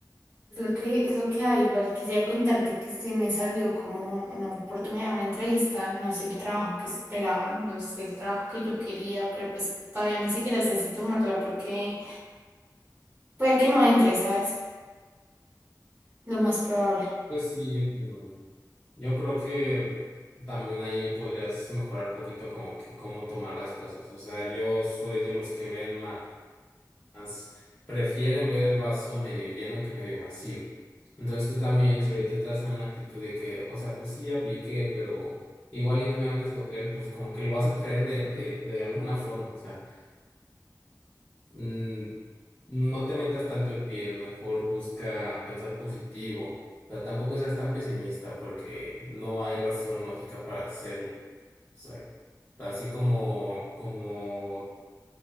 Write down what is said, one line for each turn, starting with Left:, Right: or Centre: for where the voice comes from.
Right: Es lo que, es lo que hay. Igual quisiera contarte que sí me salió como una oportunidad, una entrevista. No es el trabajo que esperaba, no es el trabajo que yo quería, pero pues todavía ni siquiera sé si tomarla porque puede que no entre, ¿sabes? Lo más probable.
Left: Pues sí, pero yo creo que también ahí podrías mejorar un poquito como que cómo tomar las cosas. O sea, yo soy de los que ven ma- más, prefieren ver el vaso medio lleno que medio vacío. Entonces tú también, si ahorita estás en una actitud de que, o sea, pues sí, apliqué, pero igual y no me van a escoger, pues como que lo vas a traer de, de, de alguna forma, o sea. mm, no te metas tanto el pie, mejor busca pensar positivo. O sea, tampoco seas tan pesimista porque no hay razón lógica para hacerlo. O sea, así como, como